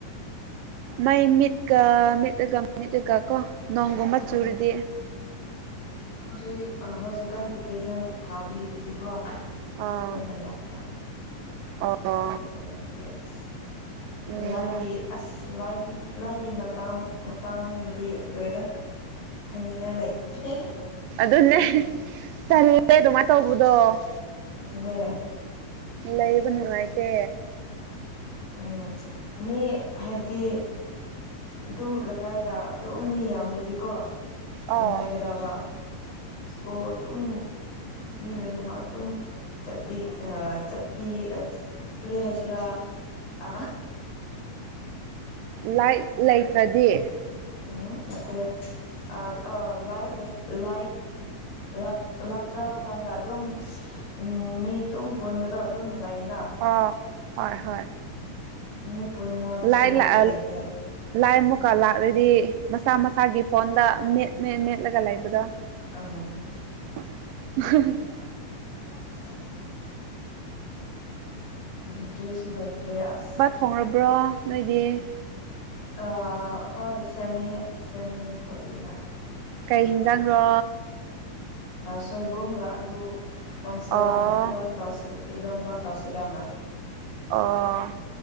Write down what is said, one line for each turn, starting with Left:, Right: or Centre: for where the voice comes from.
Right: ꯃꯩ ꯃꯤꯠꯀ ꯃꯤꯠꯂꯒ ꯃꯤꯠꯂꯒ ꯀꯣ ꯅꯣꯡꯒꯨꯝꯕ
Left: ꯎꯝ
Right: ꯆꯨꯨꯔꯗꯤ
Left: ꯍꯧꯖꯤꯛ ꯍꯧꯖꯤꯛꯀꯥꯟ ꯚꯦꯀꯦꯁꯟ ꯊꯥꯕꯤꯕꯗꯤꯀꯣ
Right: ꯑꯥ
Left: ꯈꯨꯟꯗ ꯂꯥꯛꯄ
Right: ꯑꯣ
Left: ꯑꯗꯨ ꯑꯣꯏꯔꯗꯤ ꯑꯁ
Right: ꯎꯝ
Left: ꯂꯥꯏꯒꯤ ꯑꯁ ꯂꯥꯏꯒꯤ ꯂꯥꯏꯒꯤ ꯃꯇꯥꯡ ꯃꯇꯥꯡꯗꯗꯤ ꯂꯣꯏꯔꯦ ꯍꯥꯏꯅꯤꯡꯉꯥꯏ ꯂꯩꯇꯦ
Right: ꯑꯗꯨꯅꯦ ꯇꯜꯂꯦ ꯑꯗꯨꯃꯥꯏꯅ ꯇꯧꯕꯗꯣ
Left: ꯑꯗꯨꯅꯦ
Right: ꯂꯩꯕ ꯅꯨꯡꯉꯥꯏꯇꯦ
Left: ꯎꯝ ꯃꯤ ꯍꯥꯏꯕꯗꯤ ꯑꯗꯨꯝ ꯂꯩꯀꯥꯏꯗ ꯑꯗꫭꯝ ꯃꯤ ꯌꯥꯝꯗꯔꯗꯤꯀꯣ
Right: ꯑꯥꯎ
Left: ꯅꯨꯡꯉꯥꯏꯒꯗꯕ ꯏꯁꯀꯣꯗꯨꯝ ꯃꯤ ꯂꯣꯏꯅꯃꯛ ꯑꯗꯨꯝ ꯆꯠꯄꯤ ꯑ ꯆꯠꯄꯤ ꯀꯔꯤ ꯍꯥꯏꯁꯤ꯭ꯔꯥ ꯑ
Right: ꯂꯥꯏꯠ ꯂꯩꯇ꯭ꯔꯗꯤ
Left: ꯎꯝ ꯅꯠꯇꯦ ꯑ ꯑꫭ ꯂꯥꯏꯠ ꯂꯩ ꯂꯥꯏꯠ ꯂꯥꯛ ꯂꯥꯛꯇ꯭ꯔꯕ ꯀꯥꯟꯗ ꯑꯗꯨꯝ ꯎꯝ ꯃꯤ ꯑꯗꯨꯝ ꯄꯨꯟꯕꯗꯣ ꯑꯗꯨꯝ ꯅꯨꯡꯉꯥꯏꯌꯦꯅ
Right: ꯑꯣ ꯍꯣꯏ ꯍꯣꯏ
Left: ꯃꯤ ꯄꯨꯟꯅꯕꯁꯨ
Right: ꯂꯥꯏ ꯂꯥꯛ
Left: ꯂꯩꯇꯦ
Right: ꯂꯥꯏ ꯑꯃꯨꯛꯀ ꯂꯥꯛꯂꯗꯤ ꯃꯁꯥ ꯃꯁꯥꯒꯤ ꯐꯣꯟꯗ ꯃꯦꯠꯃꯦꯠ ꯃꯦꯠꯂꯒ ꯂꯩꯕꯗꯣ
Left: ꯑꯥ
Right: <unintelligible>
Left: <unintelligible> ꯕꯤꯇ꯭ꯔꯤꯁꯨ ꯂꯩꯇ꯭ꯔꯦ ꯑꯁ
Right: ꯍꯧꯔꯕ꯭ꯔ‌ꯣ ꯅꯣꯏꯗꯤ
Left: ꯑ ꯍꯣꯏ ꯁꯦꯝꯃꯤ ꯁꯦꯝꯃꯤꯌꯦ ꯍꯧꯖꯤꯛꯅ
Right: ꯀꯩ ꯍꯤꯟꯖꯥꯡꯔꯣ
Left: ꯁꯣꯏꯕꯨꯝꯒ ꯑꯂꯨ ꯑꯣ ꯁꯦꯔꯥꯎꯅ
Right: ꯑꯣ
Left: ꯏꯔꯣꯟ ꯇꯧꯁꯤ ꯏꯔꯣꯝꯕ ꯇꯧꯁꯤ ꯔꯅ
Right: ꯑꯣ